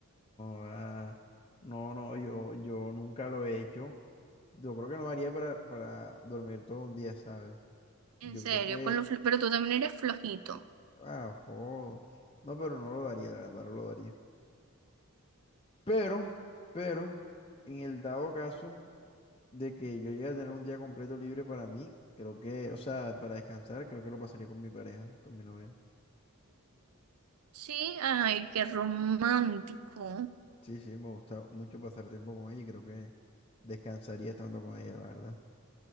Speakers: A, on the left (about 25°); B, on the right (about 85°).
A: joda. no, no, yo, yo nunca lo he hecho. Yo creo que no haría para, para dormir todo un día, ¿sabes? Yo
B: en serio,
A: creo que,
B: con lo fl- pero tú también eres flojito.
A: ah, joder. No, pero no lo daría, la verdad, no lo daría. Pero, pero, en el dado caso de que yo llegue a tener un día completo libre para mí, creo que, o sea, para descansar, creo que lo pasaría con mi pareja, con mi novia.
B: Sí, ay, qué romántico. O
A: Sí, sí, me gusta mucho pasar tiempo con ella y creo que descansaría estando con ella, la verdad.